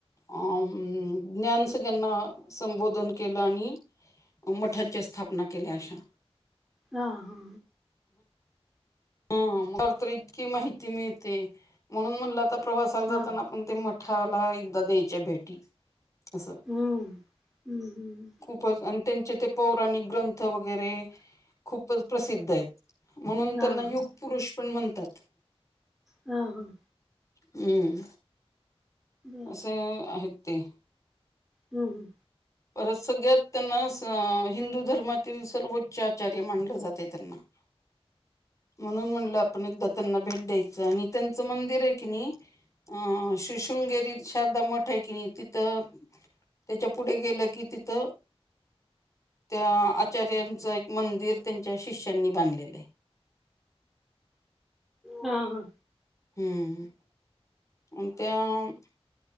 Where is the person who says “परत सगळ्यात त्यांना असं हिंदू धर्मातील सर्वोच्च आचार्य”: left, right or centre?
Left